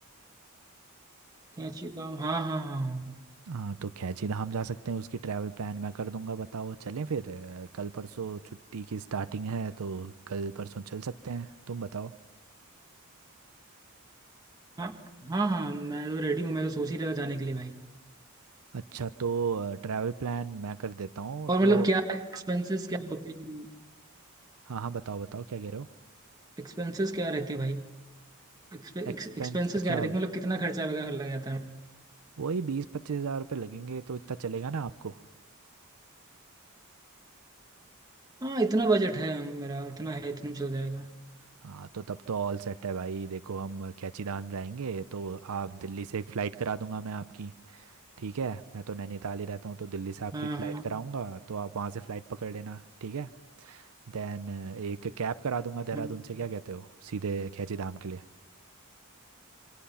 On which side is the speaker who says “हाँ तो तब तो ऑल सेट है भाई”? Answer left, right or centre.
Right